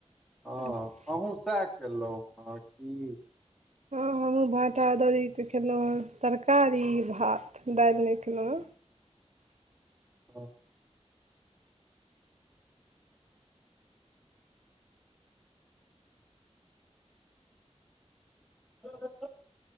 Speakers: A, in the centre; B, on the right.
A: ह
B: अच्छा
A: अहुूँ सएह खेलहुं हे की
B: हँ हमहूँ भाँटादौड़ीके खेलहुँ हेँ तरकारी भात दालि नहि खेलहुँ हेँ
A: ह ह